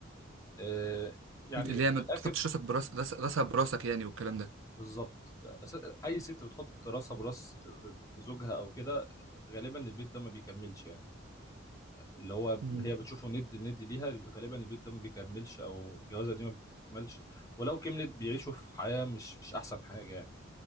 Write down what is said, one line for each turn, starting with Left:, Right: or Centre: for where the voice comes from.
Left: آه، يعني
Right: اللي
Left: من
Right: هي ما
Left: الاخر
Right: تحطش راسك براس راس- راسها براسك يعني والكلام ده
Left: بالظبط أس- اي ست بتحط راسها براس زوجها او كده غالبا البيت ده ما بيكملش يعني اللي هو
Right: امم
Left: هي بتشوفه ند لند ليها غالبا البيت ده ما بيكملش او الجوازه دي ما بتكملش ولو كملت بيعيشوا في حياه مش مش احسن حاجه يعني